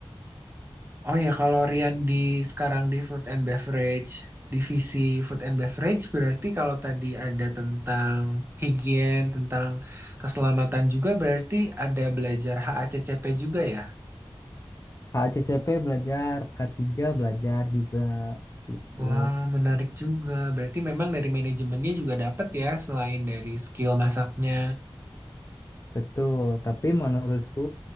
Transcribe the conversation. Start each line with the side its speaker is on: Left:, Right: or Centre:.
Right: Oh ya, kalau Rian di sekarang di food and beverage, divisi food and beverage berarti kalau tadi ada tentang higien, tentang keselamatan juga berarti ada belajar HACCP juga ya.
Left: HACCP belajar, K3 belajar juga gitu.
Right: Wah, menarik juga. Berarti memang dari manajemennya juga dapat ya selain dari skill masaknya.
Left: Betul, tapi menurutku